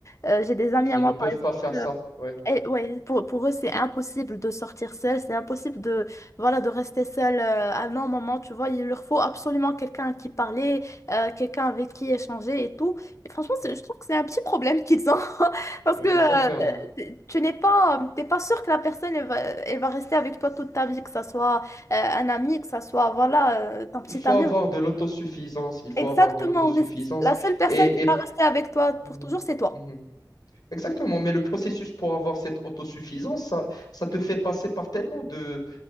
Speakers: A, on the left; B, on the left.
A: euh, j'ai des amis
B: Qui
A: à moi,
B: ne peuvent
A: par exemple.
B: pas faire ça. Ouais,
A: Et ouais, pour, pour eux, c'est impossible de sortir seul, c'est impossible de, voilà, de rester seul euh, à un long moment, tu vois. Il leur faut absolument quelqu'un à qui parler, euh, quelqu'un avec qui échanger et tout. Et franchement,
B: ouais.
A: c'est- je trouve que c'est un petit problème qu'ils ont <laughs> parce
B: Ouais,
A: que
B: exactement.
A: euh, tu n'es pas, t'es pas sûr que la personne, elle va, elle va rester avec toi toute ta vie, que ça soit euh, un ami, que ça soit, voilà, euh, ton petit
B: Il faut
A: ami.
B: avoir de l'autosuffisance. Il faut
A: Exactement,
B: avoir de l'autosuffisance.
A: mais c'est- la seule personne
B: Et,
A: qui
B: et...
A: va rester avec toi
B: Mhm.
A: pour toujours, c'est toi.
B: Mhm. Exactement, mais le processus pour avoir cette autosuffisance, ça, ça te fait passer par tellement de,